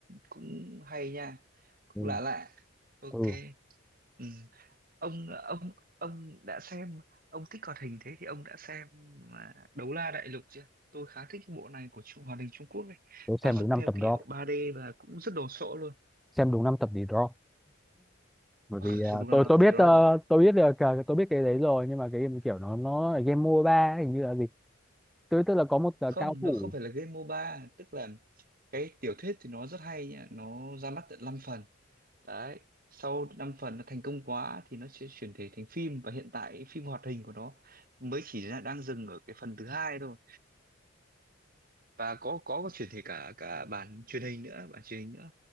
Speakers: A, on the right (about 45°); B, in the centre.
A: cũng hay nha cũng
B: ừ,
A: lạ lạ ok
B: ừ.
A: ừ. ông ông ông đã xem ông thích hoạt hình thế thì ông đã xem mà Đấu La Đại Lục chưa tôi khá thích cái bộ này của Trung- hoạt hình Trung Quốc ấy
B: tôi
A: nó
B: xem
A: dựng
B: đúng năm
A: theo
B: tập
A: kiểu
B: drop
A: ba d và cũng rất đồ sộ luôn
B: xem đúng năm tập thì drop bởi
A: ờ,
B: vì ờ,
A: sao đúng năm
B: tôi
A: tập
B: tôi
A: thì
B: biết
A: drop
B: ờ,
A: à
B: tôi biết được ờ, tôi biết cái đấy rồi nhưng mà cái game kiểu nó nó là game MOBA ấy, hình như là gì tôi tức là có một ờ,
A: không
B: cao
A: nó
B: thủ
A: không phải là game MOBA tức là cái tiểu thuyết thì nó rất hay nhá nó ra mắt tận 5 phần đấy sau 5 phần nó thành công quá thì nó sẽ chuyển thể thành phim và hiện tại phim hoạt hình của nó mới chỉ là đang dừng ở cái phần thứ hai thôi và có có có chuyển thể cả cả bản truyền hình nữa bản truyền hình nữa